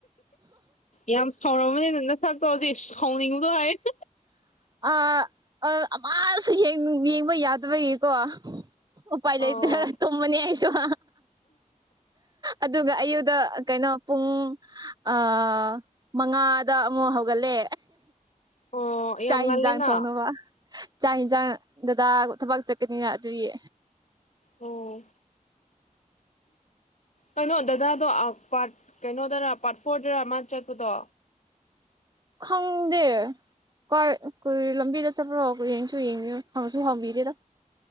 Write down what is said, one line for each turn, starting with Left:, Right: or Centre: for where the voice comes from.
Left: ꯌꯥꯝ ꯁꯥꯎꯔꯝꯃꯅꯤꯕ ꯅꯁꯛꯇꯣꯗꯤ ꯁꯥꯎꯅꯤꯡꯕꯒ ꯍꯥꯏꯌꯦ
Right: ꯑꯥ ꯑꯥ ꯑꯃꯥꯁꯨ ꯍꯦꯛ ꯌꯦꯡꯕ ꯌꯥꯗꯕꯒꯤꯀꯣ ꯎꯄꯥꯏ
Left: ꯑꯣ
Right: ꯂꯩꯇ꯭ꯔꯒ ꯇꯨꯝꯃꯅꯤ ꯑꯩꯁꯨꯨ ꯑꯗꯨꯒ ꯑꯌꯨꯛꯇ ꯀꯩꯅꯣ ꯄꯨꯡ ꯑ ꯃꯉꯥꯗ ꯑꯃꯨꯛ ꯍꯧꯒꯠꯂꯦ
Left: ꯑꯣ ꯌꯥꯝ
Right: ꯆꯥꯛ
Left: ꯉꯜꯂꯦꯅ
Right: ꯏꯟꯖꯥꯡ ꯊꯣꯡꯅꯕ ꯆꯥꯛ ꯏꯟꯖꯥꯡ ꯗꯗꯥ ꯊꯕꯛ ꯆꯠꯀꯅꯤꯅ ꯑꯗꯨꯒꯤ
Left: ꯑꯣ ꯀꯩꯅꯣ ꯗꯗꯥꯗꯣ ꯑ ꯄꯥꯔꯠ ꯀꯩꯅꯣꯗꯔꯥ ꯄꯥꯔꯠ ꯐꯣꯔꯗꯔ ꯃꯥ ꯆꯠꯄꯗꯣ
Right: ꯈꯪꯗꯦ ꯀꯩ ꯀꯔꯤ ꯂꯝꯕꯤꯗ ꯆꯠꯄ꯭ꯔꯣ ꯌꯦꯡꯁꯨ ꯌꯦꯡꯗꯦꯗ ꯍꯪꯁꯨ ꯍꯪꯕꯤꯗꯦꯗ